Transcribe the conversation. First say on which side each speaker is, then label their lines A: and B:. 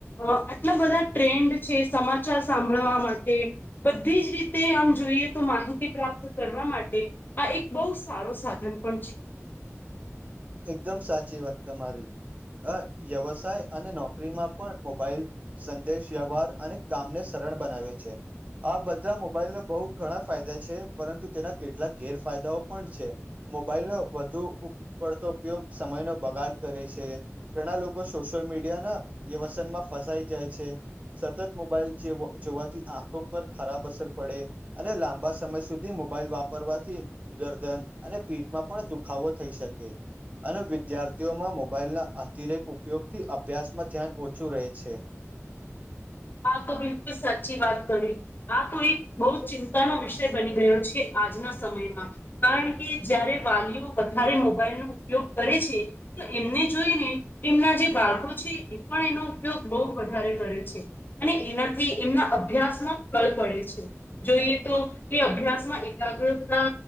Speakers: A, on the left (about 40°); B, on the right (about 30°).
A: આટલા બધા ટ્રેન્ડ છે સમાચાર સાંભળવા માટે બધી જ રીતે આમ જોઈએ, તો માહિતી પ્રાપ્ત કરવા માટે આ એક બહુ સારો સાધન પણ છે.
B: એકદમ સાચી વાત તમારી વ્યવસાય અને નોકરીમાં પણ મોબાઈલ સંદેશ વ્યવહાર અને કામને સરળ બનાવે છે, આ બધા મોબાઈલને બહુ ઘણા ફાયદા છે, પરંતુ તેના કેટલાક ગેરફાયદાઓ પણ છે, મોબાઈલ વધુ પડતો ઉપયોગ સમય ન બગાડ કરે છે, ઘણા લોકો સોશિયલ મીડિયા ના વ્યવસન ફસાઈ જાય છે, સતત મોબાઈલ જોવાથી આંખો પર ખરાબ અસર પડે અને લાંબા સમય સુધી મોબાઈલ વાપરવાથી ગરદન અને પીઠમાં પણ દુખાવો થઈ શકે, અને વિદ્યાર્થીઓમાં મોબાઈલ ના અતિરેક ઉપયોગથી અભ્યાસમાં ધ્યાન ઓછું રહે છે,
A: હા તો બિલકુલ સાચી વાત કરી. આ તો એક બહુ ચિંતાનો વિષય બની ગયો છે, આજના સમયમાં કારણ કે જારે વાલીઓ વધારે મોબાઈલ નો ઉપયોગ કરે છે, તો એમને જોઈને એમના જે બાળકો છે એ પણ એનો ઉપયોગ બહુ વધારે કરે છે. અને એનાથી એમના અભ્યાસમાં ફળ પડે છે જોઈએ તો કે અભ્યાસમાં એકાગ્રતા